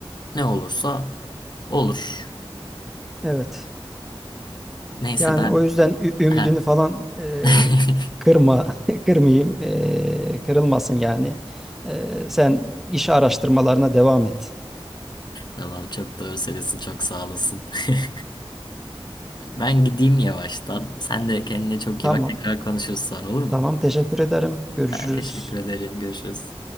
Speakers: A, on the left; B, in the centre.
A: ne olursa olur.
B: Evet.
A: Neyse
B: Yani
A: ben...
B: o yüzden ü- ümidini
A: Heh.
B: falan e,
A: <laughs>
B: kırma, <laughs> kırmayayım, e, kırılmasın yani. E, sen iş araştırmalarına devam et.
A: Tamam çok doğru söylüyorsun. Çok sağ olasın. <laughs> Ben gideyim yavaştan. Sen de kendine çok
B: Tamam,
A: iyi bak. Tekrar konuşuruz sonra olur mu?
B: tamam teşekkür ederim. Görüşürüz.
A: Ben teşekkür ederim. Görüşürüz.